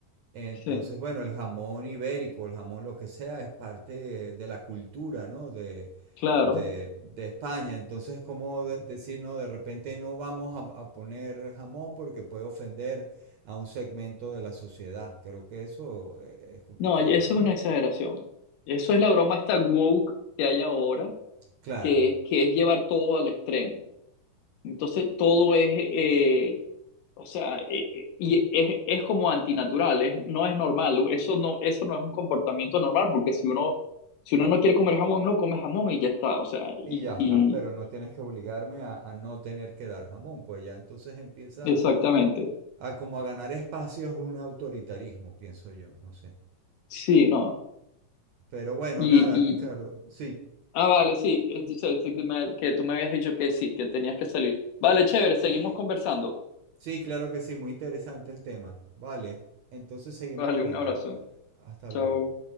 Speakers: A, on the right (about 70°); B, on the left (about 75°).
A: Entonces,
B: sí,
A: bueno, el jamón ibérico, el jamón lo que sea, es parte de, de la cultura, ¿no? De,
B: claro.
A: de, de España. Entonces, ¿cómo de- decir, no, de repente no vamos a, a poner jamón porque puede ofender a un segmento de la sociedad? Creo que eso eh, es complicado,
B: No, eso
A: ¿no?
B: es una exageración. Eso es la broma esta woke que hay ahora,
A: Claro.
B: que, que es llevar todo al extremo. Entonces, todo es, eh, o sea, eh, eh, y es, es como antinatural, es- no es normal. Eso no, eso no es un comportamiento normal, porque si uno, si uno no quiere comer jamón, no come jamón y ya está. O sea, y,
A: Y ya está,
B: y
A: pero no tienes que obligarme a, a no tener que dar jamón, pues ya entonces empiezan
B: exactamente.
A: a como a ganar espacios un autoritarismo, pienso yo, no sé.
B: Sí, no.
A: Pero bueno,
B: Y,
A: nada,
B: y
A: Ricardo, sí.
B: ah, vale, sí, eh, dice- dice que me- que tú me habías dicho que sí, que tenías que salir. Vale, chévere, seguimos
A: Di-
B: conversando.
A: Sí, claro que sí, muy interesante el tema. Vale, entonces seguimos
B: Vale,
A: hablando.
B: un abrazo.
A: Hasta
B: Chao.
A: luego.